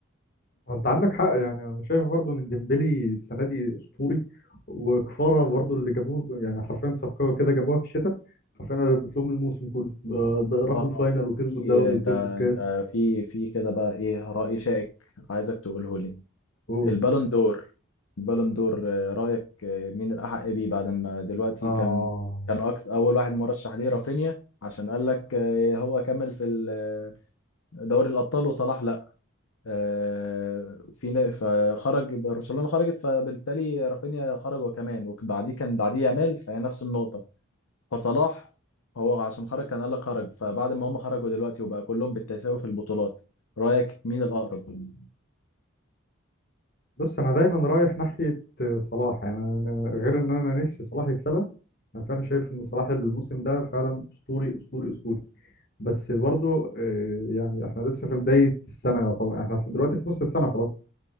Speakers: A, on the left; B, on the left.
A: وانت عندك حق يعني انا شايف برضو ان ديمبلي السنه دي اسطوري وكفاره برضو اللي جابوه يعني حرفيا صفقه كده جابوها في الشتاء حرفيا قلبت لهم الموسم كله آه، ده راحوا
B: اه
A: الفاينل وكسبوا
B: في
A: الدوري
B: انت
A: وكسبوا
B: انت
A: الكاس
B: في في كده بقى ايه رأي شائك عايزك تقوله لي
A: قول
B: البالون دور البالون دور آه، رأيك آه، مين الأحق بيه بعد ما دلوقتي
A: اه
B: كان كان أكت... أول واحد مرشح ليه رافينيا عشان قال لك آه، هو كمل في ال- دوري الأبطال وصلاح لا آه، في ن- فخرج برشلونة خرجت فبالتالي رافينيا خرج وكمان وبعديه كان بعديه يامال فهي نفس النقطة فصلاح هو عشان خرج كان قال لك خرج فبعد ما هم خرجوا دلوقتي وبقى كلهم بالتساوي في البطولات رأيك مين الأقرب؟
A: بص انا دايما رايح ناحيه صلاح يعني أنا غير ان انا نفسي صلاح يكسبها انا فعلا شايف ان صلاح الموسم ده فعلا اسطوري اسطوري اسطوري بس برضو آه، يعني احنا لسه في بدايه السنه طبعا احنا في- دلوقتي في نص السنه خلاص